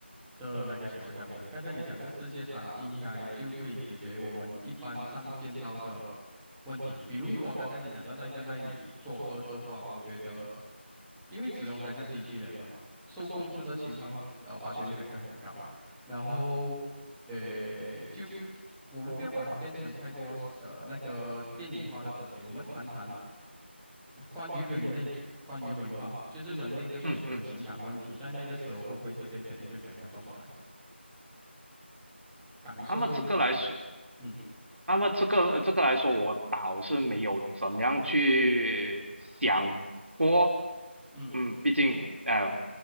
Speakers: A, in the centre; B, on the right (about 75°).
A: 的那个情况下面，刚才你讲的世界，它应该就可以解决我们一般上见到的问题，比如说刚才你讲的那个奈米作恶的话，我觉得，因为始终还是机器人嘛，受控制的情况，呃，发生率还是很高。然后，呃，就我们不要把它变成太过呃那个电影化的东西，我们谈谈关于人类、关于文化，就是人类的选择、
B: 嗯嗯，
A: 情感问题，在那个时候会是变成一个怎样的状态？感受类型的，
B: 那么这个来说，
A: 嗯
B: 那么这个这个来说，我倒是没有怎样去想过，
A: 嗯
B: 嗯，毕竟呃